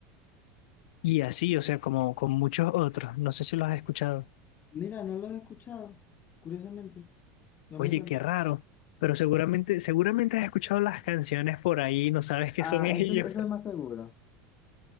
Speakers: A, on the left; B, on the left.
A: y así, o sea, como con muchos otros. No sé si los has escuchado.
B: Mira, no los he escuchado, curiosamente. No
A: Oye,
B: me suena.
A: qué raro, pero seguramente, seguramente has escuchado las canciones por ahí, no sabes qué
B: Ah,
A: son <laughs> ellos.
B: eso, eso es más seguro.